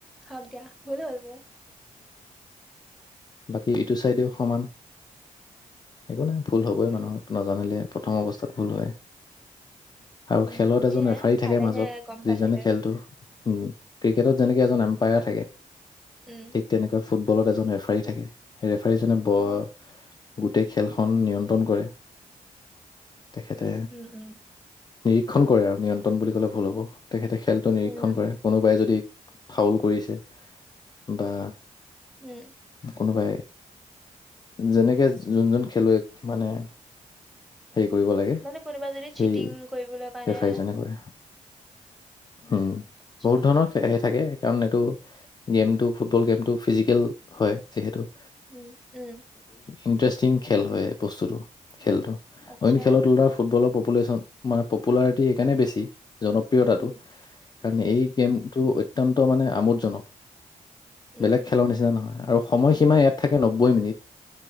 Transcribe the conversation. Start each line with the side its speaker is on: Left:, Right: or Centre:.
Centre: হক দিয়া ভুল হ'ল মোৰ
Left: বাকী ইটো চাইডেও সমান একো নাই ভুল হ'বই
Centre: উম,
Left: মানুহ নাজানিলে প্ৰথম অৱস্থাত ভুল হয় আৰু
Centre: উম,
Left: খেলত
Centre: সেয়াই
Left: এজন ৰেফাৰী থাকে
Centre: পালেহে
Left: মাজত
Centre: গম
Left: যিজনে
Centre: পালেহে
Left: খেলটো উম ক্ৰিকেটত যেনেকে এজন এম্পায়াৰ থাকে।
Centre: উম,
Left: ঠিক তেনেকুৱা। ফুটবলত এজন এফ। পাৰি থাকে। ৰেফাৰী জনে ব।
Centre: অ',
Left: গোটেই খেলখন। নিয়ন্ত্ৰণ কৰে তেখেতে।
Centre: উম, উম,
Left: নিৰীক্ষণ কৰে আৰু নিয়ন্ত্ৰণ বুলি ক'লে ভুল হ'ব। তেখেতে খেলটো নিৰীক্ষণ
Centre: উম,
Left: কৰে কোনোবাই যদি। ফাউল কৰিছে বা।
Centre: উম
Left: কোনোবাই যেনেকে যোন যোন খেলুৱৈ মানে? হেৰি কৰিব লাগে
Centre: মানে কোনোবা যদি
Left: সেই
Centre: চিটিং কৰিবলৈ কাৰণে।
Left: ৰেফাৰীজনে কৰে উম
Centre: আচ্ছা
Left: বহুত ধৰণৰ খেল থাকে। কাৰণ এইটো গেমটো ফুটবল গেমতটো ফিজিকেল। হয় যিহেতু।
Centre: উম উম
Left: ইন্টাৰেষ্টিং খেল হয় বস্তুটো? খেলটো
Centre: আচ্ছা
Left: অঐন খেলত তোলাৰ ফুটবলৰ। পপুলেশ্বন মানে পপুলাৰিটি সেইকাৰণে বেছি। জনপ্ৰিয়তাটো
Centre: উম,
Left: কাৰণ এই
Centre: উম,
Left: গেমটো অ। অত্য়ন্ত মানে আমোদজনক।
Centre: উম,
Left: বেলেগ খেলৰ নিচিনা নহয়। আৰু সময়সীমা ইয়াত থাকে নব্বৈ মিনিট।